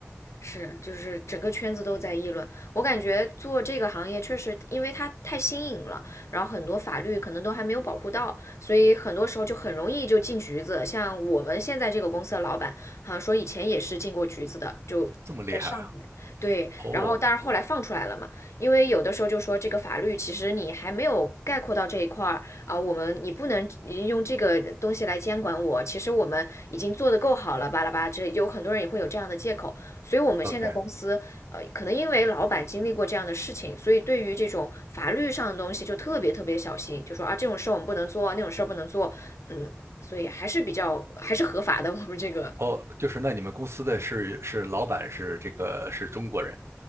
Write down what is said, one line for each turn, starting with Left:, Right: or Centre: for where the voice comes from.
Left: 是，就是整个圈子都在议论。我感觉做这个行业确实，因为它太新颖了，然后很多法律可能都还没有保护到，所以很多时候就很容易就进局子。像我们现在这个公司的老板，好像说以前也是进过局子的，就在上海。
Right: 这么厉害啊！
Left: 对，
Right: 哦
Left: 然后但是后来放出来了嘛，因为有的时候就说这个法律其实你还没有概括到这一块儿啊，我们你不能用这个东西来监管我，其实我们已经做得够好了，巴拉巴拉之类，有很多人也会有这样的借口。所以我们现在公司，
Right: ，OK，
Left: 呃，可能因为老板经历过这样的事情，所以对于这种法律上的东西就特别特别小心，就说啊，这种事儿我们不能做，那种事儿不能做，嗯，所以还是比较还是合法的。<laughs> 我们这个，
Right: 哦，就是那你们公司的是是老板是这个是中国人